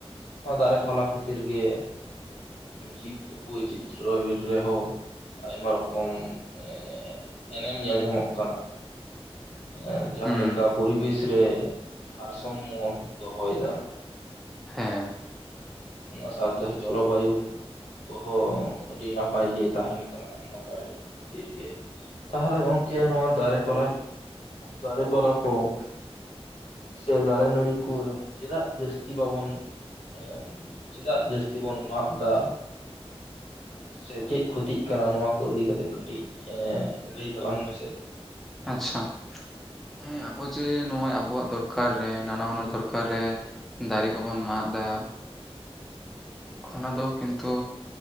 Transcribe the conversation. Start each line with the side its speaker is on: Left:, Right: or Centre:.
Left: ᱚᱱᱟ ᱫᱟᱨᱮ ᱯᱷᱞᱟ ᱠᱷᱟᱹᱛᱤᱨ ᱜᱮᱼᱼ ᱪᱤᱛ ᱵᱭᱪᱤᱛᱛᱨᱚᱭ ᱵᱤᱨ ᱨᱮᱦᱚᱸᱼᱼ ᱟᱭᱢᱟ ᱨᱚᱠᱚᱢ ᱮᱻ ᱮᱱᱮᱢ ᱧᱮᱞ ᱧᱟᱢᱚᱜ ᱠᱟᱱᱟ ᱮᱻ ᱡᱟᱦᱟᱸ
Centre: ᱦᱩᱸ
Left: ᱞᱮᱠᱟ ᱯᱚᱨᱤᱵᱮᱥ ᱨᱮ ᱵᱷᱟᱨ ᱥᱚᱢᱢᱚ ᱫᱚᱦᱚᱭ ᱫᱟ ᱾
Centre: ᱦᱮᱸ
Left: <inaudible> ᱚᱱᱟ ᱥᱟᱶ ᱛᱮᱦᱚᱸ ᱡᱚᱞᱚ ᱵᱟᱭᱩᱼᱼ ᱠᱚᱦᱚᱸ ᱟᱹᱰᱤ ᱱᱟᱯᱟᱭ ᱜᱮ ᱛᱟᱦᱮᱸᱱ ᱠᱟᱱᱟ ᱱᱚᱣᱟ ᱫᱟᱨᱮ ᱱᱚᱣᱟ ᱫᱟᱨᱮ ᱱᱟᱹᱲᱤ ᱠᱷᱟᱹᱛᱤᱨ ᱜᱮ ᱾ ᱛᱟᱦᱟᱞᱮ ᱜᱚᱢᱠᱮ ᱱᱚᱣᱟ ᱫᱟᱨᱮ ᱯᱟᱞᱟ ᱫᱟᱨᱮ ᱯᱟᱞᱟ ᱠᱚᱼᱼ ᱩᱸᱻᱻ ᱥᱮ ᱫᱟᱨᱮ ᱱᱟᱹᱲᱤ ᱠᱚ ᱪᱮᱫᱟᱜ ᱡᱟᱹᱥᱛᱤ ᱵᱟᱵᱚᱱ ᱮᱜᱼᱼ <inaudible> ᱪᱮᱫᱟᱜ ᱡᱟᱹᱥᱛᱤ ᱵᱚᱱ ᱢᱟᱜ ᱫᱟᱼᱼ ᱥᱮ ᱪᱮᱜ ᱠᱷᱚᱛᱤᱜ ᱠᱟᱱᱟ ᱱᱚᱣᱟ ᱠᱚ ᱤᱫᱤ ᱠᱟᱛᱮᱜ ᱠᱟᱹᱴᱤᱡ ᱞᱟᱹᱭ ᱛᱟᱞᱟᱝ ᱢᱮᱥᱼᱼ <inaudible>
Centre: ᱟᱪᱪᱷᱟ, ᱦᱮᱸ ᱟᱵᱚ ᱡᱮ ᱱᱚᱜ-ᱚᱭ ᱟᱵᱚᱣᱟᱜ ᱫᱚᱨᱠᱟᱨ ᱨᱮ ᱱᱟᱱᱟᱦᱩᱱᱟᱹᱨ ᱫᱚᱨ ᱚᱠᱟᱨᱮ ᱫᱟᱨᱮ ᱠᱚᱵᱚᱱ ᱢᱟᱜ ᱮᱫᱟ᱾ ᱚᱱᱟ ᱫᱚ ᱠᱤᱱᱛᱩ